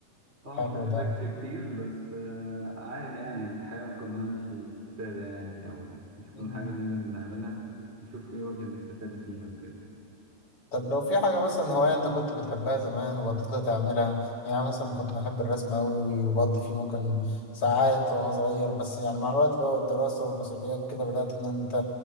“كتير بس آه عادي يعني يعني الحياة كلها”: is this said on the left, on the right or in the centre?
Right